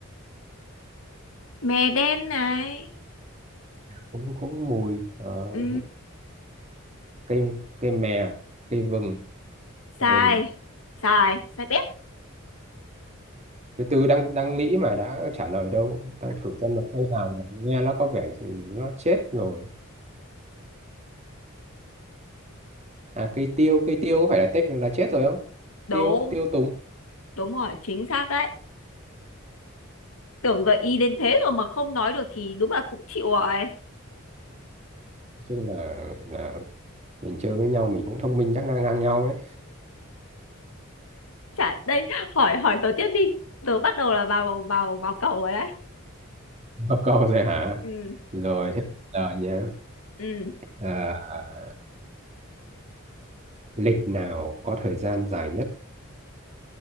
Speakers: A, on the left; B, on the right.
A: mè đen này
B: cũng cũng mùi ờ,
A: ừ
B: cây cây mè cây vừng
A: sai
B: vừng
A: sai sai bét
B: từ từ đang đang nghĩ mà đã trả lời đâu đang thử xem là cây nào mà nghe nó có vẻ nó chết rồi à cây tiêu cây tiêu có phải là tết là chết rồi không
A: đúng
B: tiêu tiêu tùng
A: đúng rồi chính xác đấy tưởng gợi ý đến thế rồi mà không nói được thì đúng là cũng chịu rồi
B: Nói chung là là mình chơi với nhau mình cũng thông minh chắc ngang ngang nhau đấy
A: chả đây hỏi hỏi tớ tiếp đi tớ bắt đầu là vào vào vào cầu rồi đấy
B: <laughs> Có câu rồi hả
A: ừ
B: rồi thế giờ nhé
A: ừ
B: à, lịch nào có thời gian dài nhất